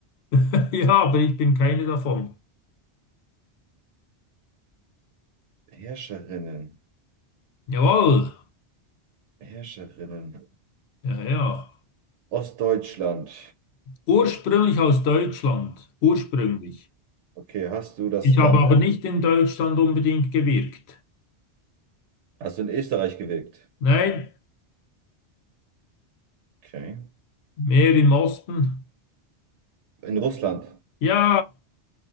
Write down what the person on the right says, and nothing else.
Herrscherinnen,
Herrscherinnen.
Ostdeutschland.
Okay, hast du das
Land,
hast du in Österreich gewirkt?
Okay.
In Russland?